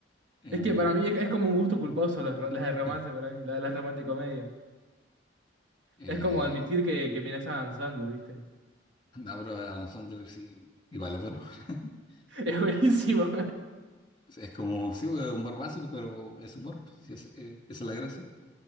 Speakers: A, on the left; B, on the right.
A: Em,
B: es que para mí es, es como un gusto culposo las, las de romance
A: <laughs>
B: para mí, las, las romanticomedia.
A: eh,
B: Es como admitir que, que miras a Adam Sandler, ¿viste?
A: no, pero Adam Sandler sí, igual es bueno. <laughs>
B: <laughs> Es buenísimo.
A: Es como, sí, un humor básico, pero es humor, pues, sí, es, eh, esa es la gracia.